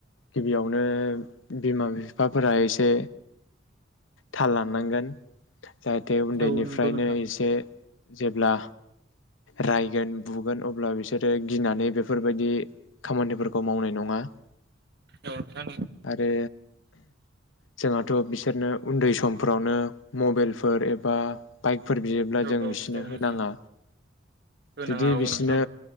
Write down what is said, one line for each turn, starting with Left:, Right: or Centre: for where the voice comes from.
Left: गिबियावनो बिमा बिफाफोरा एसे थाल लानांगोन। जाहाथे उन्दैनिफ्रायनो
Right: औ नंगौ नोंथां
Left: एसे जेब्ला रायगोन बुगोन अब्ला बिसोरो गिनानै बेफोरबायदि खामानिफोरखौ मावनाय नङा
Right: औ नोंथां
Left: आरो जों थ' बिसोरनो उन्दै समफ्रावनो मबाइल फोर एबा बाइक फोर बियोब्ला
Right: औ
Left: जों
Right: औ
Left: बिस नो होनाङा
Right: नोंथां होनाङा
Left: जुदि
Right: औ
Left: बिसोनो
Right: नोंथां